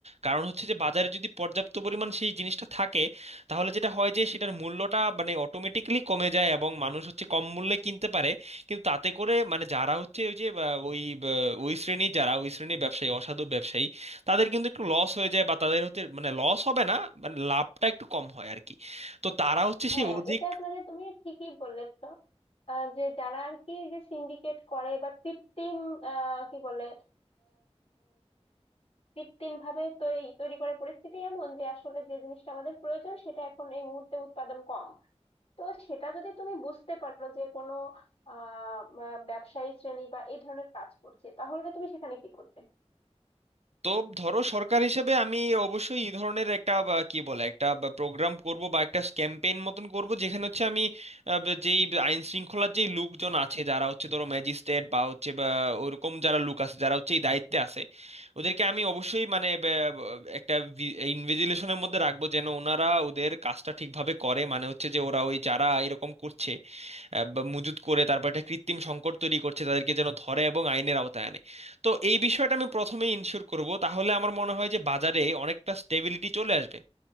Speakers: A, on the right; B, on the left.
A: কারণ হচ্ছে যে বাজারে যদি পর্যাপ্ত পরিমাণ সেই জিনিসটা থাকে তাহলে যেটা হয় যে সেটার মূল্যটা মানে অটোমেটিক্যালি কমে যায় এবং মানুষ হচ্ছে কম মূল্যে কিনতে পারে কিন্তু তাতে করে মানে যারা হচ্ছে ওই যে আহ, ওই আহ, ওই শ্রেণীর যারা ওই শ্রেণীর ব্যবসায়ী অসাধু ব্যবসায়ী তাদের কিন্তু একটু লস হয়ে যায় বা তাদের হতে মানে লস হবে না মানে লাভটা একটু কম হয় আর কি তো তারা হচ্ছে
B: হ্যাঁ
A: সেই অধিক
B: এটা মানে তুমি ঠিকই বলেছো আহ, যে যারা আর কি এই যে সিন্ডিকেট করে বা কৃত্রিম আহ, কি বলে কৃত্রিম ভাবে তৈরি তৈরি করে পরিস্থিতি এমন যে আসলে যে জিনিসটা আমাদের প্রয়োজন সেটা এখন এই মুহূর্তে উৎপাদন কম তো সেটা যদি তুমি বুঝতে পারো যে কোনো আহ আহ, ব্যবসায়ী শ্রেণী বা এই ধরনের কাজ করছে তাহলে তুমি সেখানে কি করবে
A: তো ধরো সরকার হিসেবে আমি অবশ্যই এই ধরনের একটা বা কি বলে একটা প্রোগ্রাম করব বা একটা ক্যাম্পেইন মতন করব যেখানে হচ্ছে আমি আহ, ব- যেই আইন শৃঙ্খলার যেই লোকজন আছে যারা হচ্ছে ধরো ম্যাজিস্ট্রেট বা হচ্ছে বা ওরকম যারা লোক আছে যারা হচ্ছে এই দায়িত্বে আছে ওদেরকে আমি অবশ্যই মানে ব- ব- একটা ইনভিজিলেশনের মধ্যে রাখবো যেন ওনারা ওদের কাজটা ঠিকভাবে করে মানে হচ্ছে যে ওরা ওই যারা এরকম করছে আহ, বা মজুত করে তারপর একটা কৃত্রিম সংকট তৈরি করছে তাদেরকে যেন ধরে এবং আইনের আওতায় আনে তো এই বিষয়টা আমি প্রথমেই ইনশিওর করব তাহলে আমার মনে হয় যে বাজারে অনেকটা স্টেবিলিটি চলে আসবে